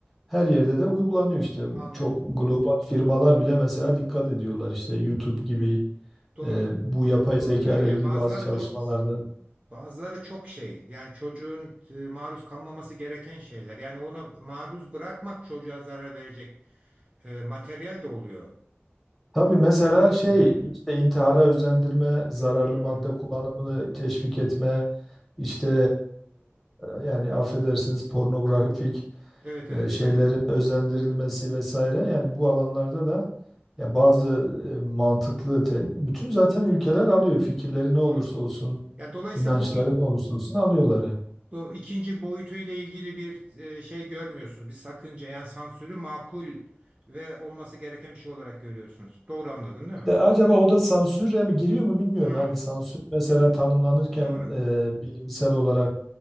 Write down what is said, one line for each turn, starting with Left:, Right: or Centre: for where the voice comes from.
Centre: her yerde de uygulanıyor işte.
Right: anladım
Centre: Çok global firmalar bile mesela dikkat ediyorlar işte YouTube gibi
Right: doğru
Centre: e, bu yapay
Right: doğru
Centre: zeka
Right: değil mi?
Centre: ile
Right: Yani
Centre: ilgili
Right: bazıları
Centre: bazı çalışmalarda.
Right: çok bazıları çok şey yani çocuğun e, maruz kalmaması gereken şeyler yani ona maruz bırakmak çocuğa zarar verecek e, materyal de oluyor
Centre: Tabii mesela
Right: anladığım
Centre: şey
Right: kadarıyla.
Centre: işte intihara özendirme, zararlı
Right: Hmm,
Centre: madde kullanımını teşvik etme, işte e, yani affedersiniz pornografik
Right: evet
Centre: e,
Right: evet
Centre: şeylerin özendirilmesi vesaire. Yani bu alanlarda da ya bazı e, mantıklı te- bütün zaten ülkeler alıyor fikirleri ne olursa
Right: doğru.
Centre: olsun,
Right: Ya dolayısıyla
Centre: inançları
Right: bu
Centre: ne olursa olsun alıyorlar. yani.
Right: Bu ikinci boyutuyla ilgili bir e, şey görmüyorsunuz. Bir sakınca yani sansürü makul ve olması gereken bir şey olarak görüyorsunuz. Doğru anladım değil mi?
Centre: De acaba o da sansüre mi giriyor mu bilmiyorum.
Right: Hmm,
Centre: Hani sansür mesela tanımlanırken
Right: doğru,
Centre: e, bilimsel olarak